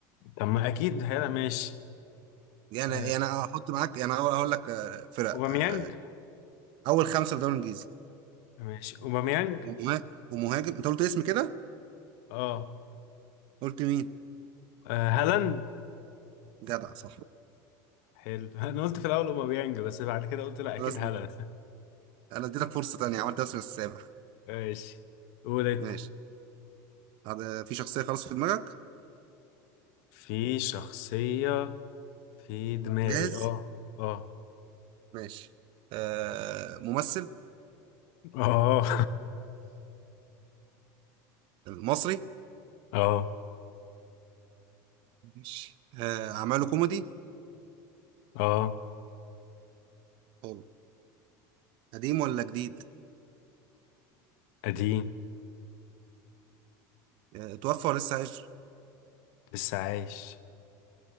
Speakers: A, on the left; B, on the right.
A: طب ما اكيد هيبقى ماشي
B: يعني
A: آه،
B: يعني هحط معاك يعني هقول هقول لك آه، فرق
A: اوباميانج
B: آه، اول خمسه في الدوري الانجليزي
A: ماشي اوباميانج
B: ومه- ومهاجم انت قلت اسم كده
A: اه
B: قلت مين
A: آه، هالاند
B: جدع صح
A: حلو <laughs> انا قلت في الاول اوباميانج بس بعد كده قلت لا اكيد
B: بس
A: هالاند
B: انا اديتك فرصه تانية عملت اسم السابع
A: <laughs> ماشي قول انت
B: ماشي هذا في شخصيه خلاص في دماغك
A: في شخصية في دماغي
B: جاهز
A: اه اه
B: ماشي آه ممثل
A: اه <laughs>
B: مصري
A: اه
B: ماشي آه اعماله كوميدي
A: اه
B: حلو. قديم ولا جديد
A: قديم
B: آه توفى ولا لسه عايش
A: لسه عايش